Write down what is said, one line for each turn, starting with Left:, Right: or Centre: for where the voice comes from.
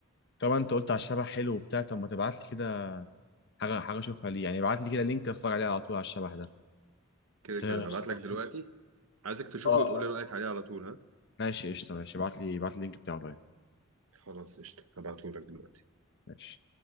Left: طبعا انت قلت على الشبح حلو وبتاع طب ما تبعت لي كده حاجه حاجه اشوفها ليه يعني ابعت لي كده لينك اتفرج عليه على طول على الشبح ده
Right: كده كده
Left: أنت
Right: هبعت
Left: شوقتني.
Right: لك دلوقتي عايزك تشوفه
Left: اه آه.
Right: وتقول لي رايك عليه على طول ها
Left: ماشي قشطه ماشي ابعت لي ابعت لي اللينك بتاعه
Right: خلاص قشطه هبعته لك دلوقتي
Left: ماشي